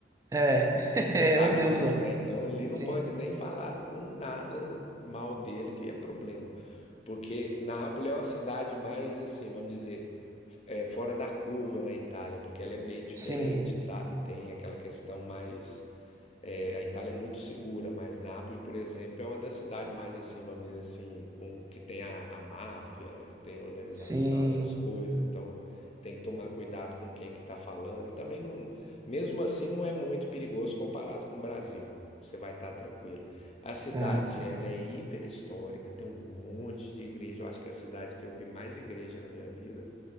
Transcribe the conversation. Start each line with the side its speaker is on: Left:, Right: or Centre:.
Right: É,
Left: Você sabe
Right: <laughs> é um deus
Left: disso,
Right: lá.
Left: né? Então, ali
Right: Sim,
Left: não pode nem falar um nada mal dele, que é problema. Porque Nápoles é uma cidade mais, assim, vamos dizer, é, fora da curva na Itália, porque ela é bem diferente,
Right: sim,
Left: sabe? Tem aquela questão mais é, a Itália é muito segura, mas Nápoles, por exemplo, é uma das cidades mais assim, vamos dizer assim, com, que tem a, a máfia, tem organização,
Right: sim.
Left: essas coisas. Então tem que tomar cuidado com quem que está falando. E também não, mesmo assim, não é muito perigoso comparado com o Brasil. Você vai estar tranquilo. A cidade,
Right: Ah, tá.
Left: ela é hiper histórica, tem um monte de igreja. Eu acho que é a cidade que eu vi mais igreja na minha vida.